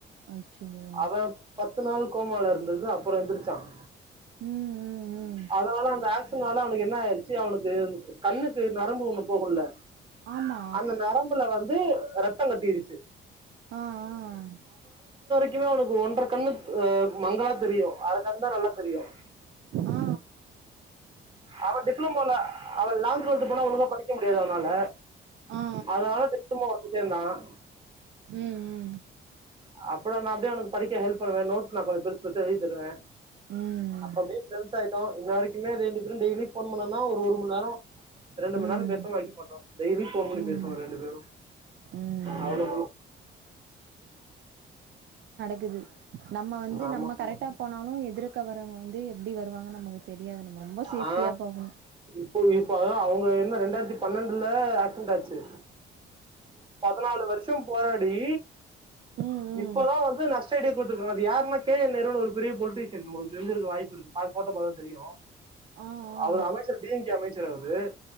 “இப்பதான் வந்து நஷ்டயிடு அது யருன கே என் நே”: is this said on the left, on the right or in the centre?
Right